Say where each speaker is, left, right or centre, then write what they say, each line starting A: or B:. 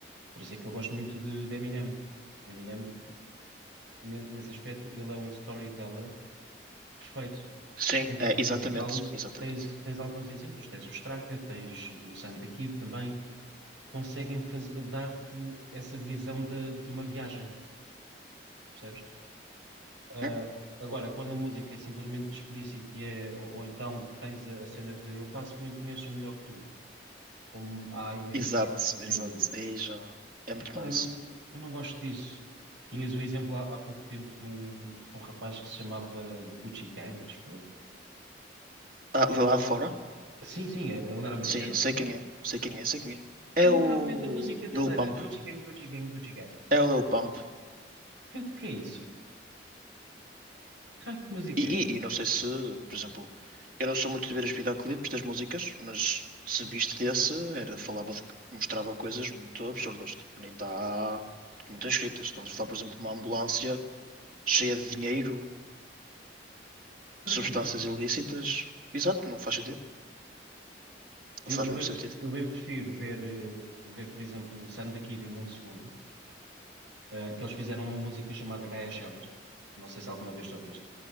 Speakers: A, on the right (about 85°); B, on the right (about 50°).
A: Por isso é que eu gosto muito de, de Eminem. Eminem, ne- nesse aspecto, ele é um storyteller perfeito.
B: Sim,
A: Em Portugal,
B: é, exatamente,
A: em Portugal
B: exatamente.
A: tens, tens alguns exemplos, tens o Straka, tens o Sam the Kid também, conseguem faz- dar-te essa visão de, de uma viagem, percebes? Ah,
B: Hum?
A: agora, quando a música é simplesmente explícita e é, ou, ou então tens a, a cena de eu faço muito dinheiro, sou melhor que tu, como há imensos
B: Exato,
A: hoje
B: exato.
A: em dia
B: Aí já é muito
A: Epá,
B: mau
A: eu não,
B: isso.
A: eu não gosto disso. Tinhas o exemplo há, há pouco tempo de um, de um rapaz que se chamava Gucci Gang, acho eu.
B: Ah,
A: Que,
B: de lá
A: ah,
B: de fora?
A: sim, sim, ele era americano,
B: Sim, sei
A: o que é que
B: quem
A: era?
B: é, sei quem é, sei quem é.
A: Literalmente
B: É o
A: a música dele
B: Lil Pump.
A: era Gucci Gang, Gucci Gang, Gucci Gang.
B: É o Lil Pump.
A: Que, que é isso? Que raio de música
B: E, e-
A: é essa?
B: e não sei se, por exemplo, eu não sou muito de ver os videoclipes das músicas, mas se viste desse, era, falava de, mostrava coisas muito absurdas, tipo, nem está, não está escritas. Estamos a falar, por exemplo, de uma ambulância cheia de dinheiro,
A: Para
B: substâncias
A: quê?
B: ilícitas. Exato, não faz sentido. Não
A: Eu,
B: faz
A: eu
B: mesmo
A: bem,
B: sentido.
A: pref- eu bem prefiro ver, eh, ver, por exemplo, o Sam da Kid e Mundo Segundo, eh, que eles fizeram uma música chamada Gaia Chelas. Não sei se alguma vez ouviste.